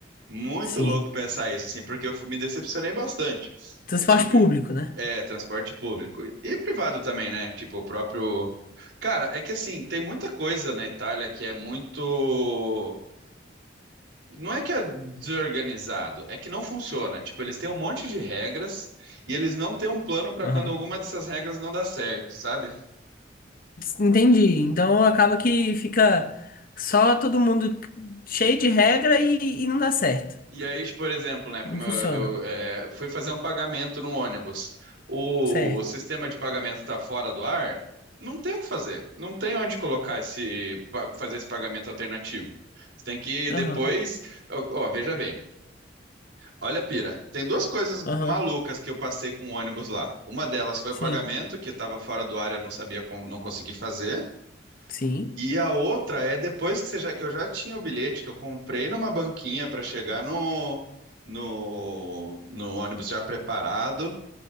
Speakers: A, on the right (about 75°); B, on the left (about 50°).
A: Muito
B: Sim.
A: louco pensar isso, assim, porque eu fu- me decepcionei bastante.
B: transporte
A: Eu tive,
B: público, né?
A: é, transporte público e privado também, né? Tipo, o próprio. Cara, é que assim, tem muita coisa na Itália que é muito. Não é que é desorganizado, é que não funciona. Tipo, eles têm um monte de regras e eles não têm um plano para
B: Aham.
A: quando alguma dessas regras não dá certo, sabe?
B: Entendi. Então acaba que fica só todo mundo cheio de regra e, e não dá certo.
A: E aí, tipo, por exemplo, né, como
B: Não funciona.
A: eu, eu, é, fui fazer um pagamento no ônibus, o
B: Certo.
A: sistema de pagamento está fora do ar, não tem o que fazer, não tem onde colocar esse, pa- fazer esse pagamento alternativo. Você tem que depois,
B: Aham.
A: ó, ó, veja bem, olha a pira, tem duas coisas
B: Aham.
A: malucas que eu passei com o ônibus lá. Uma delas foi
B: Sim.
A: o pagamento que estava fora do ar, e eu não sabia como, não consegui fazer.
B: Sim.
A: E a outra é depois que, você já, que eu já tinha o bilhete, que eu comprei numa banquinha para chegar no, no, no ônibus já preparado.